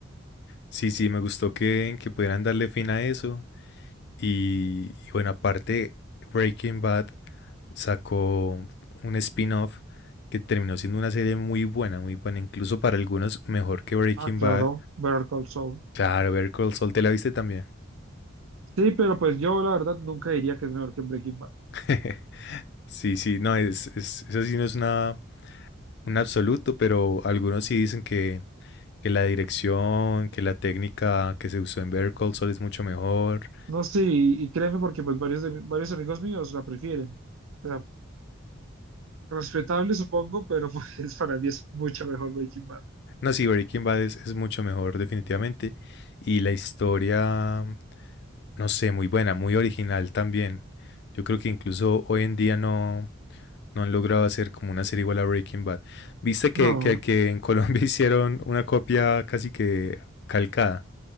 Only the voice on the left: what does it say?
Sí, sí, me gustó que, que pudieran darle fin a eso. Y, y bueno, aparte, Breaking Bad sacó un spin-off que terminó siendo una serie muy buena, muy buena, incluso para algunos mejor que Breaking
Bad.
Claro, Better Call Saul, ¿te la viste también?
<laughs> Sí, sí, no, es, es, eso sí no es una, un absoluto, pero algunos sí dicen que, que la dirección, que la técnica que se usó en Better Call Saul es mucho mejor.
No, sí, Breaking Bad es, es mucho mejor definitivamente. Y la historia, no sé, muy buena, muy original también. Yo creo que incluso hoy en día no, No han logrado hacer como una serie igual a Breaking Bad. ¿Viste que,
que, que en Colombia <laughs> hicieron una copia casi que calcada?